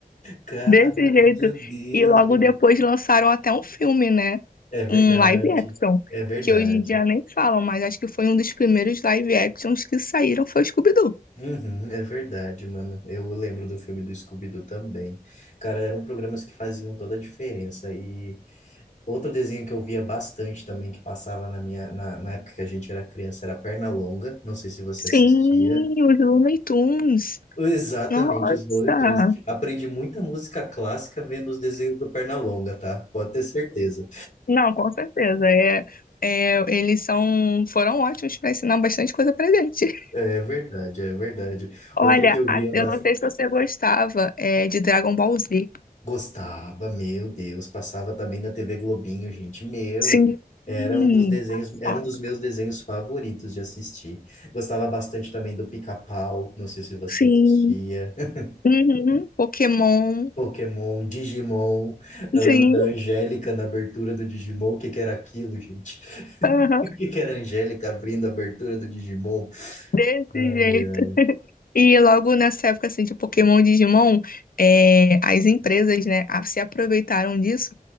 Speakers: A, on the left; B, on the left.
A: Cara,
B: Desse jeito.
A: meu Deus,
B: E logo
A: velho.
B: depois lançaram até um filme, né?
A: É verdade,
B: Um live action.
A: é verdade.
B: Que hoje em dia nem falam, mas acho que foi um dos primeiros live actions que saíram foi o Scooby-Doo.
A: Uhum, é verdade, mano. Eu lembro do filme do Scooby-Doo também. Cara, eram programas que faziam toda a diferença. E outro desenho que eu via bastante também, que passava na minha, na, na época que a gente era criança, era Pernalonga. Não sei se você
B: Sim,
A: assistia.
B: os Looney Tunes.
A: Exatamente,
B: Nossa!
A: os monitores. Aprendi muita música clássica vendo os desenhos do Pernalonga, tá? Pode ter certeza.
B: Não, com certeza. É, é, eles são, foram ótimos para ensinar bastante coisa pra gente. <laughs>
A: É verdade, é verdade.
B: Olha,
A: Outra que eu
B: a-
A: via
B: eu
A: bas-
B: não sei se você gostava, é, de Dragon Ball Z.
A: Gostava, meu Deus, passava também na TV Globinho, gente. Meu,
B: Sim.
A: era um dos desenhos,
B: Passado.
A: era um dos meus desenhos favoritos de assistir. Gostava bastante também do Pica-Pau, não sei se você
B: Sim.
A: assistia. <laughs>
B: Uhum. Pokémon.
A: Pokémon, Digimon. Eu lembro
B: Sim,
A: da Angélica na abertura do Digimon, o que que era aquilo, gente? <laughs>
B: aham,
A: O que que era a Angélica abrindo a abertura do Digimon?
B: desse
A: Ai,
B: jeito.
A: ai.
B: <laughs> E logo nessa época, assim, de Pokémon e Digimon, é, as empresas, né, a- se aproveitaram disso.